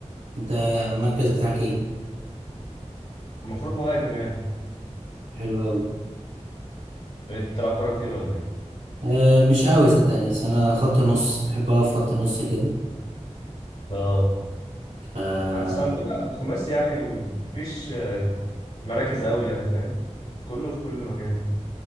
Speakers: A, on the right; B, on the left.
A: انت المركز بتاعك ايه
B: المفروض مهاجم يعني
A: حلو قوي
B: بقيت بتلعب كوره كتير ولا ايه؟
A: آه مش قوي صدقني بس انا خط نص بحب اقف خط نص كده
B: اه
A: ف
B: بس عندنا في الخماس يعني مفيش آه، مراكز قوي يعني فاهم كله في كل مكان